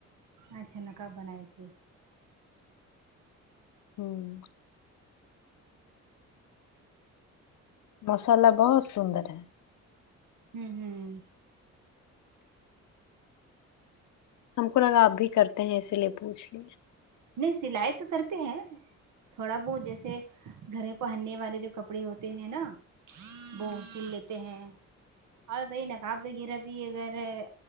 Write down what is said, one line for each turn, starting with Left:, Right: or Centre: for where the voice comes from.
Right: اچھا نقب بنائی تھی
Left: ہمم ماسللہ بہت سندر ہے
Right: ہمم ہمم
Left: ہم کو لگا آپ بھی کرتے ہیں اسی لیے پوچھ لیے
Right: نہیں سلائی تو کرتے ہیں تھوڑا بہت جیسے گھر پہننے والے جو کپڑے ہوتے ہیں نا وہ سل لیتے ہیں اور وہی نقاب وغیرہ بھی اگر ہے